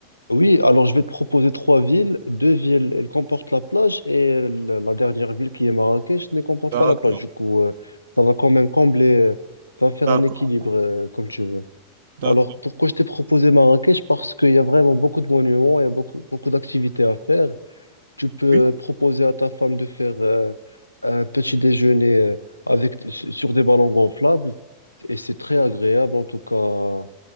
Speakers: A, on the left; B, on the right.
A: Oui, alors je vais te proposer trois villes. Deux villes, elles comportent la plage et euh, la la dernière ville qui est Marrakech ne comporte
B: D'accord,
A: pas la plage. Du coup, euh, ça va quand même combler, euh, ça va faire
B: d'accord,
A: un équilibre euh, comme tu veux.
B: d'accord.
A: Alors, pourquoi je t'ai proposé Marrakech? Parce qu'il y a vraiment beaucoup de monuments, il y a beaucoup, beaucoup d'activités à faire. Tu peux
B: Oui.
A: proposer à ta femme de faire euh, un petit déjeuner euh, avec, sur des ballons gonflables et c'est très agréable en tout cas.